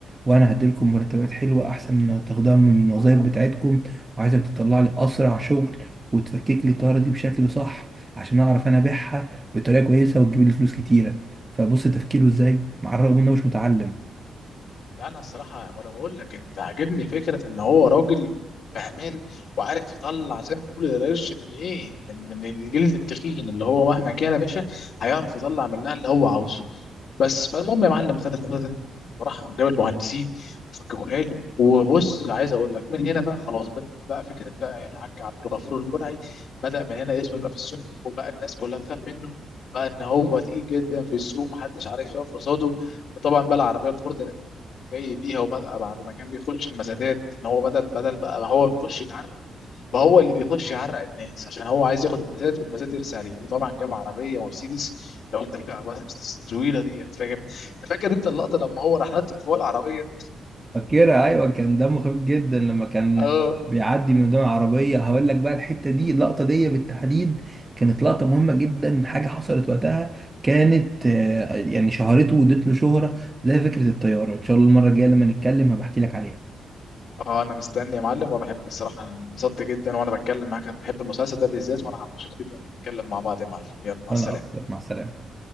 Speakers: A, on the right (about 15°); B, on the left (about 60°).
A: وانا هديلكم مرتبات حلوه احسن من تاخدوها من الوظايف بتاعتكم وعايزك تطلع لي اسرع شغل وتفكك لي الطياره دي بشكل صح عشان اعرف انا ابيعها بطريقه كويسه وتجيب لي فلوس كتيره فبص تفكيره ازاي مع الرغم انه مش متعلم
B: لا انا الصراحه وانا بقول لك انت عاجبني فكره ان هو راجل فهمان وعارف يطلع زي ما بيقول القرش من ايه من من الجلد التخين اللي هو مهما كان يا باشا هيعرف يطلع منها اللي هو عاوزه بس فالمهم يا معلم خد الخبر ده وراح جاب المهندسين وفككوا حلو وبص عايز اقول لك من هنا بقى خلاص بدات بقى فكره بقى الحاج عبد الغفور البرعي بدا من هنا اسمه يبقى في السوق وبقى الناس كلها تخاف منه بقى ان هو تقيل جدا في السوق محدش عارف يقف قصاده وطبعا بقى العربيه الفورد القديمه جاي بيها وبدأ بعد ما كان بيخش المسادات ان هو بدل بدل بقى ما هو بيخش يتعرق بقى هو اللي بيخش يعرق الناس عشان هو عايز ياخد المسادات والمسادات يرسي عليه وطبعا جاب عربيه مرسيدس لو انت فاكر عربيه مرسيدس الطويله ديت فاكر انت فاكر انت اللقطه لما هو راح نط من فوق العربيه
A: فاكرها ايوه كان دمه خفيف جدا لما كان
B: اه
A: بيعدي من قدام العربيه هقول لك بقى الحته دي اللقطه دي بالتحديد كانت لقطه مهمه جدا حاجه حصلت وقتها كانت آه، يعني شهرته وادت له شهره زي فكره الطياره ان شاء الله المره الجايه لما نتكلم هبحكي لك عليها
B: اه انا مستني يا معلم وبحب بصراحه انا انبسطت جدا وانا بتكلم معاك بحب المسلسل ده بالذات وانا مبسوط جدا نتكلم مع بعض يا معلم يلا مع
A: وانا
B: السلامه
A: اكتر مع السلامه